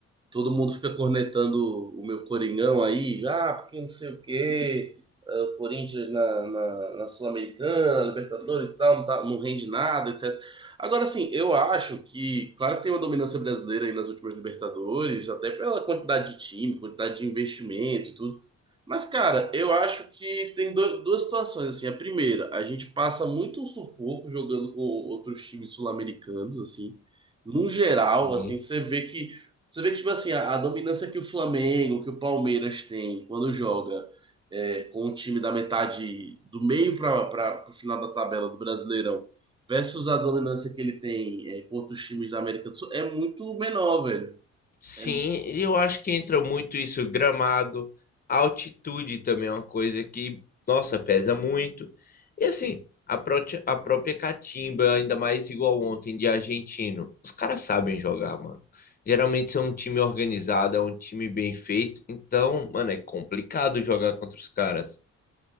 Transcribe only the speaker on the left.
Sim.
Sim,
e eu acho que entra muito isso, gramado, altitude também é uma coisa que, nossa, pesa muito. E assim, a, proti- a própria catimba, ainda mais igual ontem de argentino, os caras sabem jogar, mano. Geralmente são um time organizado, é um time bem feito, então, mano, é complicado jogar contra os caras.